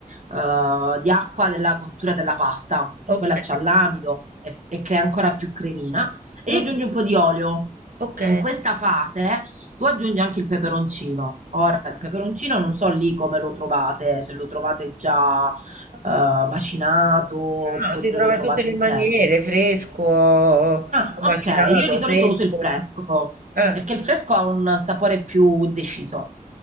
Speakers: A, on the right; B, on the right.
A: eh, di acqua della cottura della pasta, che
B: ok,
A: quella c'ha l'amido e, e crea ancora più cremina, e
B: mm,
A: gli aggiungi un po' di olio.
B: ok.
A: In questa fase tu aggiungi anche il peperoncino. Ora, il peperoncino non so lì come lo trovate, se lo trovate già eh, macinato oppure
B: No, si trova
A: lo trovate
B: in tutte le
A: intero.
B: maniere, fresco, o
A: Ah,
B: macinato,
A: ok. Io di solito
B: secco.
A: uso il fresco,
B: Eh.
A: perché il fresco ha un sapore più deciso.